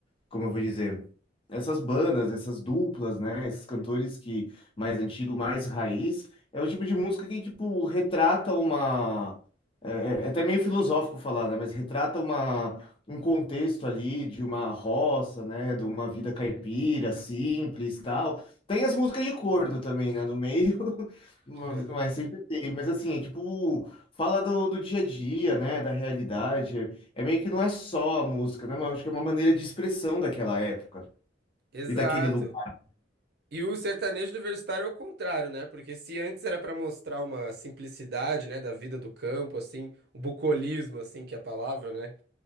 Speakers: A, on the left; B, on the right.
A: como eu vou dizer, essas bandas, essas duplas, né? Esses cantores que mais antigo, mais raiz, é o tipo de música que, tipo, retrata uma. É, é é até meio filosófico falar, né? Mas retrata uma, um contexto ali de uma roça, né? De uma vida caipira, simples, tal. Tem as músicas de corno também, né? No meio, <laughs> mas
B: <laughs>
A: mas sempre tem. Mas assim, é tipo, fala do, do dia a dia, né? Da realidade. é é meio que não é só a música, né? Mas acho que é uma maneira de expressão daquela época
B: Exato.
A: e daquele lugar.
B: E o sertanejo universitário é o contrário, né? Porque se antes era pra mostrar uma simplicidade, né, da vida do campo, assim, o bucolismo, assim, que é a palavra, né?